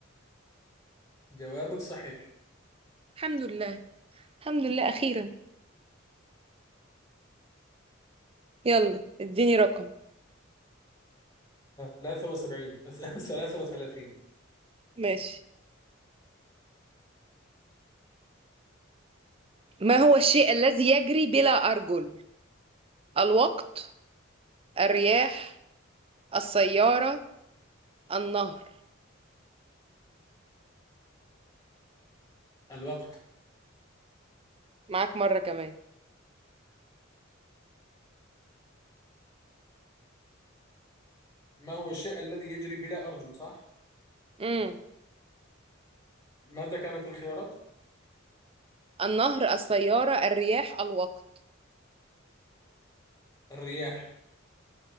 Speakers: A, on the left; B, on the right.
A: جوابك صحيح
B: الحمد لله الحمد لله أخيرا يلا اديني رقم
A: 73 33 <laughs>
B: ماشي ما هو الشيء الذي يجري بلا أرجل الوقت الرياح السيارة النهر
A: الوقت
B: معاك مرة كمان
A: ما هو الشيء الذي يجري بلا أرجل صح؟
B: امم
A: ماذا كانت الخيارات؟
B: النهر السيارة الرياح الوقت
A: <clears throat> الرياح